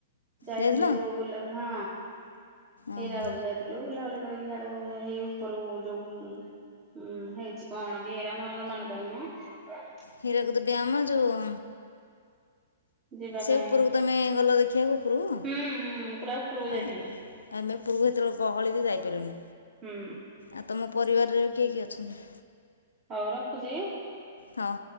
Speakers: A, on the right; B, on the left.
A: ଯାଇଥିଲି
B: ଯାଇଥିଲ
A: ବୁଲା ବୁ ହଁ।
B: ଓହୋ
A: ହୀରାକୁଦ ଯାଇଥିଲୁ ବୁଲାବୁଲି କରିକି ଆଡୁ ହେଇ ଉପରୁ ଯୋଉ ହୁଁ ହେଇଚି କଣ କି ଏଇରା ମର ମନେ ପଡୁନି ମ
B: ହୀରାକୁଦ ଡ୍ୟାମ ଯୋଉ
A: ଯିବା
B: ସେ
A: ପାଇଁ
B: ଉପରକୁ ତମେ ଗଲ ଦେଖିବାକୁ ଉପରକୁ?
A: ହୁଁ ହୁଁ ପୁରା ଉପରକୁ ଯାଇଥିଲୁ
B: ଆ ମେ ଉପୁରୁକୁ ହେତେବେଳେ ଗହଳି ଯେ ଯାଇପାରିଲୁନି।
A: ହୁଁ
B: ଆଉ ତମ ପରିବାରରେ କିଏ କିଏ ଅଛନ୍ତି?
A: ହଉ ରଖୁଚି।
B: ହଁ।